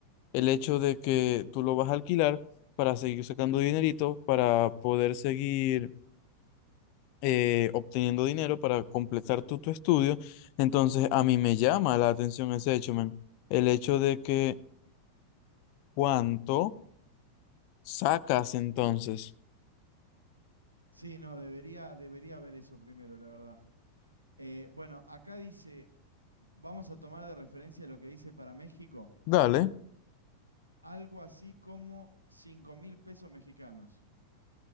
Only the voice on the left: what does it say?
el hecho de que tú lo vas a alquilar para seguir sacando dinerito, para poder seguir eh, obteniendo dinero para completar tu, tu estudio. Entonces, a mí me llama la atención ese hecho, men. El hecho de que cuánto sacas entonces.
Dale,